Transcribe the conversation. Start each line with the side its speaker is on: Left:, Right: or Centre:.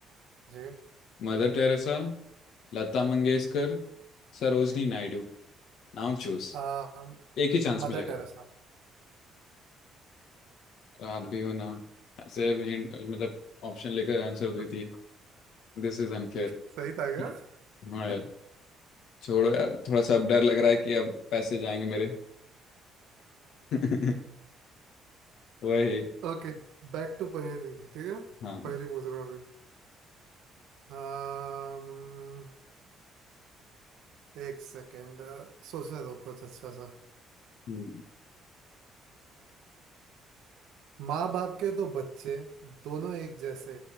Right: जी
Left: Mother Teresa Lata
Right: जी
Left: Mangeshkar Sarojini
Right: जी
Left: Naidu Now choose
Right: आ,
Left: एक ही चांस
Right: मदर
Left: मिलेगा
Right: टेरेसा
Left: आप भी हो ना ऐसे hint- मतलब ऑप्शन लेकर आंसर
Right: <laughs>
Left: देती है This is unfair
Right: सही था <laughs>
Left: <laughs> हाँ यार छोड़ो यार थोड़ा सा अब डर लग रहा है कि अब पैसे जाएंगे मेरे <laughs> वही
Right: ओके बैक टू पहेली ठीक है
Left: हाँ हाँ
Right: पहेली पूछ रहा हूँ अभी um, एक सेकेंड सोचने दो कुछ अच्छा सा
Left: हम्म।
Right: माँ बाप के दो बच्चे दोनों एक जैसे